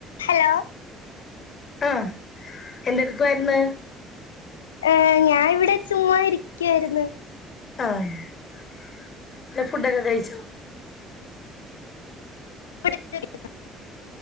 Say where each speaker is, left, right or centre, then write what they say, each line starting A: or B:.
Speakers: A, on the left; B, on the left.
A: Hello
B: ആ എന്തെടുക്കുമായിരുന്നു
A: ഏ് ഞാൻ ഇവിടെ ചുമ്മാ ഇരിക്കുവായിരുന്നു
B: ആ ഫുഡൊക്കെ കഴിച്ചോ
A: <inaudible>